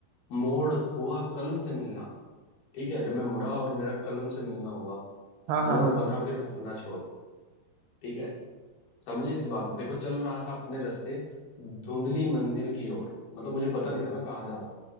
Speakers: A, on the left; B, on the right.
A: मोड़ हुआ कलम से मिलना ठीक है जब मैं मुड़ा और मेरा कलम से मिलना हुआ
B: हाँ
A: मोड़
B: हाँ हाँ
A: बना फिर अपना छोर ठीक है समझे इस बात को देखो चल रहा था अपने रास्ते धुंधली मंजिल की ओर मतलब मुझे पता नहीं था मैं कहाँ जा रहा